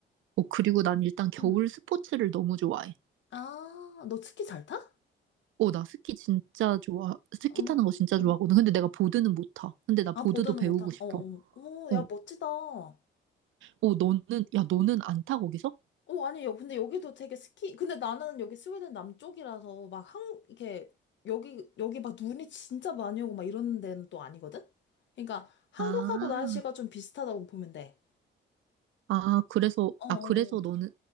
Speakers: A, on the right (about 80°); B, on the left (about 65°).
A: 어, 그리고 난 일단 겨울
B: 응.
A: 스포츠를 너무 좋아해.
B: 아, 너 스키 잘 타?
A: 어, 나 스키 진짜 좋아. 스키
B: 음.
A: 타는 거 진짜 좋아하거든. 근데 내가 보드는 못 타. 근데 나 보드도
B: 아, 보드는
A: 배우고
B: 못하.
A: 싶어.
B: 어, 어. 어,
A: 어,
B: 야, 멋지다. 어,
A: 어, 너는, 야, 너는 안 타, 거기서?
B: 아니, 여, 근데 여기도 되게 스키, 근데 나는 여기 스웨덴 남쪽이라서 막 한, 이렇게, 여기, 여기 막 눈이 진짜 많이 오고 막 이런 데는 또 아니거든? 그러니까 한국하고
A: 아,
B: 날씨가 좀 비슷하다고 보면 돼.
A: 아, 그래서,
B: 어, 어.
A: 아, 그래서
B: 어.
A: 너는,